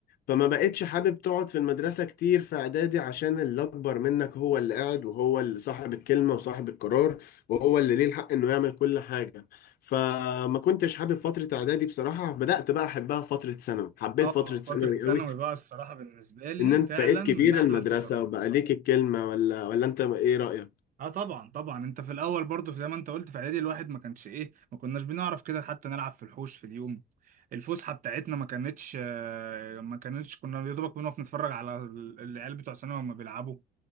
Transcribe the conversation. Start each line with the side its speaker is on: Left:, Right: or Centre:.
Left: فما بقتش حابب تقعد في المدرسه كتير في اعدادي عشان اللي اكبر منك هو اللي قاعد وهو اللي صاحب الكلمه وصاحب القرار وهو اللي ليه الحق انه يعمل كل حاجه فما كنتش حابب فتره اعدادي بصراحه بدات بقى احبها فتره ثانوي حبيت
Right: اه
Left: فتره ثانوي
Right: فتره ثانوي
Left: قوي
Right: بقى الصراحه بالنسبه لي
Left: ان انت
Right: فعلا
Left: بقيت كبير
Right: من احلى
Left: المدرسه
Right: الفترات
Left: وبقى ليك الكلمه ولا ولا انت ايه رايك
Right: اه طبعا طبعا انت في الاول برضه زي ما انت قلت في اعدادي الواحد ما كانش ايه ما كناش بنعرف كده حتى نلعب في الحوش في اليوم الفسحه بتاعتنا ما كانتش آه، ما كانتش كنا يا دوبك بنقف نتفرج على ال- العيال بتوع ثانوي وهم بيلعبوا